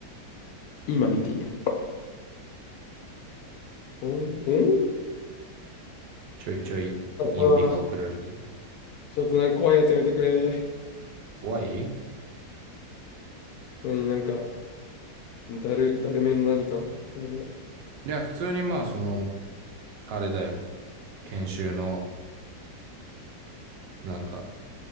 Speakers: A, on the left; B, on the right.
A: 今見ている。おんおん
B: ちょいちょいインビが送られている。
A: ああー、ちょっとなんか怖いやつやめてくれ。
B: 怖いい
A: 何、なんか、だる、だるめの何か。なんか
B: や、普通にまあ、その、あれだよ。研修の、なんか、